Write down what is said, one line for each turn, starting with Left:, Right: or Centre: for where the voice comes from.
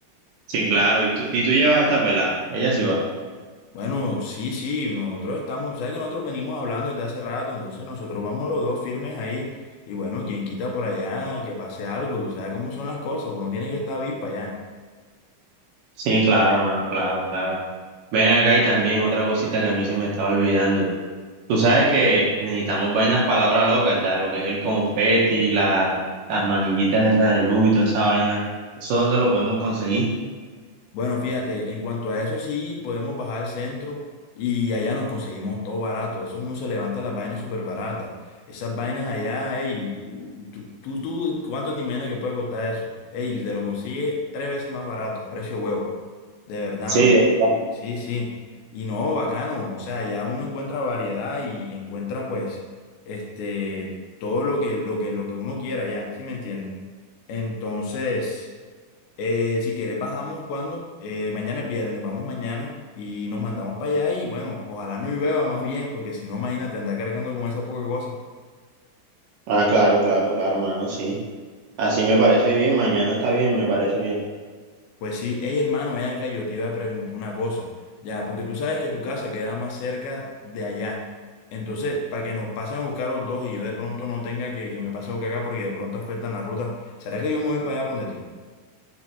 Right: Sí, claro. ¿Y tú, y tú llevas esta pelada? Ella sí va.
Left: Bueno, sí, sí, nosotros estamos, tú sabes que nosotros venimos hablando desde hace rato, entonces nosotros vamos los dos firmes ahí. Y bueno, quien quita por allá, que pase algo, tú sabes cómo son las cosas, uno tiene que estar avispa allá.
Right: Sí, claro, mano, claro, claro. Ven acá y también otra cosita que a mí se me estaba olvidando. Tú sabes que necesitamos vainas palabras locas, ¿verdad? Lo que es el confeti, la, las manillitas esas de luz y toda esa vaina. ¿Eso dónde lo podemos conseguir?
Left: Bueno, fíjate, en cuanto a eso sí podemos bajar al centro y allá nos conseguimos todo barato. Eso uno se levanta las vainas súper baratas. Esas vainas allá, ey, u- tú, tú, tú, ¿cuánto te imaginas que puede costar eso? Ey, te lo consigue tres veces más barato, a precio de huevo. De verdad,
Right: Sí,
Left: man.
Right: de verdad.
Left: Sí, sí. Y no, bacano. O sea, ya uno encuentra variedad y encuentra pues, este, todo lo que, lo que, lo que uno quiera ya, ¿sí me entiendes? Entonces. Eh, si quieres, bajamos cuando. mañana es viernes, vamos mañana y nos mandamos para allá y bueno, ojalá no llueva más bien, porque si no, imagínate, andar cargando con esa poca cosa.
Right: Ah, claro, claro, claro, mano, sí. Así me parece bien, mañana está bien, me parece bien.
Left: Pues sí, hey hermano, ven acá, yo te iba a preguntar una cosa, ya, porque tú sabes que tu casa queda más cerca de allá. Entonces, para que nos pasen a buscar los dos y yo de pronto no tenga que, que me pase a buscar acá porque de pronto afectan la ruta, ¿será que yo me voy para allá donde ti?